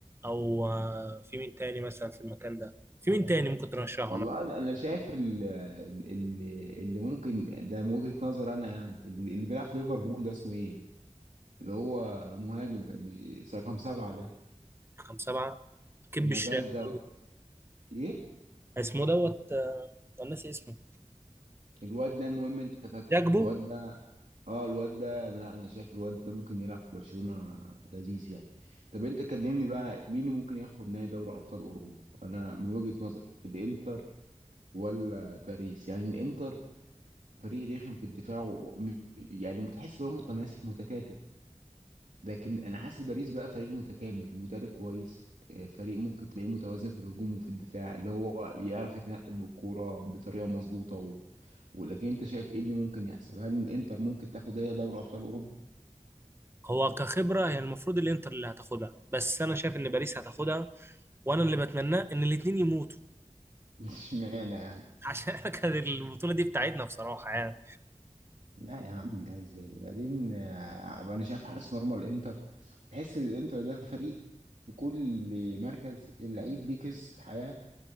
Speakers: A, on the right; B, on the right.
A: أو آه، في مين تاني مثلا في المكان ده في مين تاني ممكن ترشحه
B: والله
A: أنا
B: أنا أنا شايف ال- ال- ال- اللي ممكن ده من وجهة نظر أنا يعني اللي اللي بيلعب في ليفربول ده اسمه إيه؟ اللي هو مهاجم مش رقم سبعة ده
A: رقم سبعة كب
B: نافاز
A: الشاحن
B: ده إيه؟
A: اسمه دوت آه، أنا ناسي اسمه
B: الواد ده المهم انت فاكره
A: جاكبو
B: الواد ده اه الواد ده لا انا شايف الواد ده ممكن يلعب في برشلونة لذيذ يعني طب انت كلمني بقى مين اللي ممكن ياخد نهائي دوري ابطال اوروبا انا من وجهة نظري الانتر ولا باريس يعني الانتر فريق رخم في الدفاع و... م- يعني متحس ان هو متماسك متكاتل لكن انا حاسس باريس بقى فريق متكامل مدرب كويس آه، فريق ممكن تلاقيه متوازن في الهجوم وفي الدفاع اللي هو يعرف يتنقل بالكوره بطريقه مظبوطه ولكن انت شايف ايه اللي ممكن يحصل هل الانتر ممكن تاخد هي دوري ابطال اوروبا
A: هو كخبرة هي المفروض الانتر اللي هتاخدها بس انا شايف ان باريس هتاخدها وانا اللي بتمناه ان الاتنين يموتوا
B: <laughs> اشمعنى يعني
A: <laughs> عشان احنا كانت البطولة دي بتاعتنا بصراحة يعني
B: لا يا عم ده ازاي بعدين آه، انا شايف حارس مرمى الانتر تحس ان الانتر ده فريق في كل مركز اللعيب ليه قصة حياة